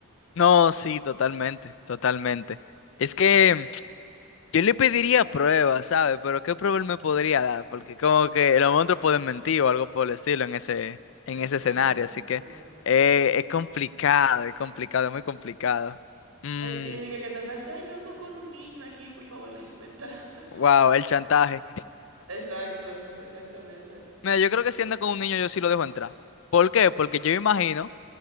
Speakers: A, on the left; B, on the right.
A: No, sí, totalmente, totalmente. Es que <tsk> yo le pediría pruebas, ¿sabes? Pero ¿qué prueba él me podría dar? Porque como que los monstruos pueden mentir o algo por el estilo en ese, en
B: Exacto.
A: ese escenario, así que eh, es complicado, es complicado, es muy complicado. Mm,
B: No, Y y diga que te salte, ay, yo ando con un niño aquí, por favor, déjenme entrar. <laughs>
A: wow, el chantaje.
B: Exacto, exactamente.
A: Mira, yo creo que si anda con un niño yo sí lo dejo entrar. ¿Por qué? Porque yo me imagino